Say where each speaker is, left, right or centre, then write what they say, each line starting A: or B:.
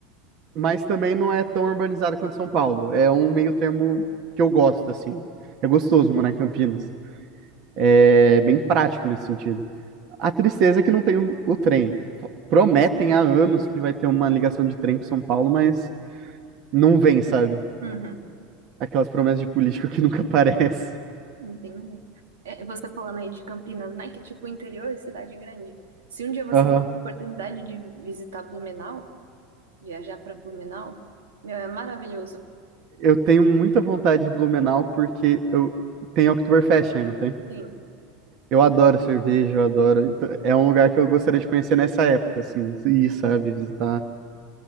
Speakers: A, on the right; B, on the right.
A: mas também não é tão urbanizado quanto São Paulo. É um meio termo que eu gosto, assim. É gostoso morar em Campinas. É bem prático nesse sentido. A tristeza é que não tem o, o trem. Prometem há anos que vai ter uma ligação de trem para São Paulo, mas não vem, sabe?
B: Uhum.
A: Aquelas promessas de político que <laughs> nunca aparece.
B: Entendi. É, você falando aí de Campinas, né? Que é tipo interior e cidade grande. Se um dia você
A: Aham.
B: tiver a oportunidade de visitar Blumenau, viajar para Blumenau, meu, é maravilhoso.
A: Eu tenho muita vontade de Blumenau porque eu tem Oktoberfest aí, não tem?
B: Sim,
A: Eu adoro cerveja, eu adoro. Então, é um lugar que eu gostaria de conhecer nessa época, assim, ir, sabe, visitar.